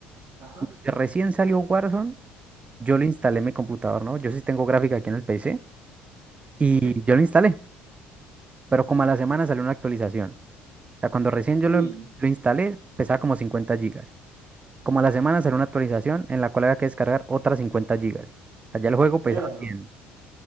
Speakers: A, on the right; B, on the right.
A: ajá,
B: Recién salió Warzone, yo lo instalé en mi computador, ¿no? Yo sí tengo gráfica aquí en el PC y
A: ok.
B: yo lo instalé. Pero como a la semana salió una actualización. O sea, cuando recién yo
A: Uy,
B: lo, em- lo instalé, pesaba como 50 gigas. Como a la semana salió una actualización en la cual había que descargar otras 50 gigas. Allá el juego pesaba
A: verlo.
B: 100.